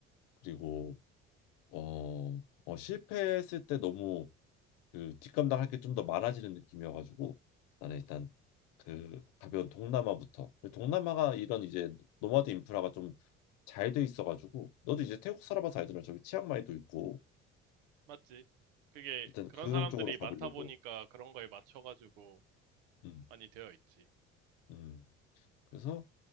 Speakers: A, on the left; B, on the right.
A: 그리고 어, 어 실패했을 때 너무 그 뒷감당할 게 좀 더 많아지는 느낌이어가지고 나는 일단 그 가벼운 동남아부터 동남아가 이런 이제 노마드 인프라가 좀 잘돼 있어가지고 너도 이제 태국 살아봐서 알잖아 저기 치앙마이도 있고
B: 맞지? 그게
A: 일단
B: 그런
A: 그런
B: 사람들이
A: 쪽으로 가보려고
B: 많다 보니까 그런 거에 맞춰가지고
A: 음,
B: 많이 되어 있지.
A: 음. 그래서